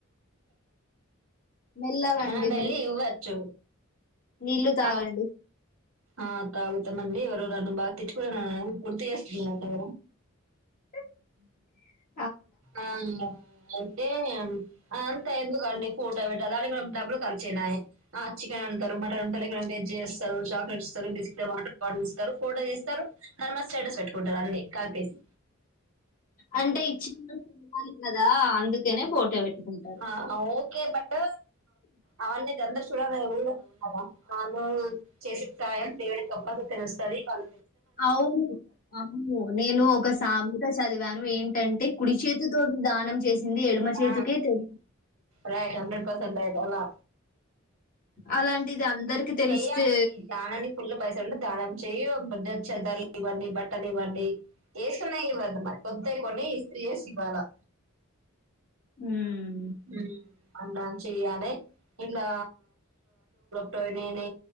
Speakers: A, on the left; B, on the right.
A: మెల్లగాండీ
B: మనం వెళ్ళి
A: మెల్ల
B: ఇవ్వచ్చు
A: నీళ్ళలు తాగండి
B: ఆ, ఆ తాగుతాంమండి ఎవరు నన్ను బాగా తెచ్చుకు నన్ను గుర్తు చేస్తాన్నా
A: <inaudible>
B: ఆవున్న అయితే అంత ఎందుకండి ఫోటో పెట్టాల దానికి కూడా డబ్బులు ఖర్చయినాయి చికె అ మటన్ అ వెజ్స్తారు చాక్లెట్ ఇస్తారు బస్ట్టస్తారు ఫోటోస్తారు స్టేటస్ పెట్టుకుంటారు అన్ని కాల్పేసి
A: అంటే ఇచ్చన్న చాలి కదా అందుకేనే ఫోటో పెట్టుకుంటారు
B: ఆ ఓకే బట్ అవన్నీది అందరు చూడరు ద అను చేస ప్రాయం దేవుడి తప్పగా తెలుస్తుంది వాళ్ళ
A: అవును అవును నేను ఒక సామత చదివాను ఏంటి అంటే కుడి చేతితోటి దానం చేసింది ఎడమ చేతికే
B: ఆ
A: తెలు
B: రట్ హండ్రెడ్ పర్సెంట్ రట్ అలా
A: అలాంటిది అందరికి తెలిస్తే
B: చెయ్యాలి దధానానికి ఫుల్ పైస ఉంటే దానం చేయాలి కొంచె చెద్దరలు ఇవ్వండి బట్టలు ఇవ్వండి వేసుకున్నా ఇవ్వద్దు మరి కొంత కొన్ని ఇస్త్రి చేసి ఇవ్వాలి లా
A: హ్మ్మ్
B: హ్మ్ అన్న చెయ్యాలి ఇట్లా టోనేనే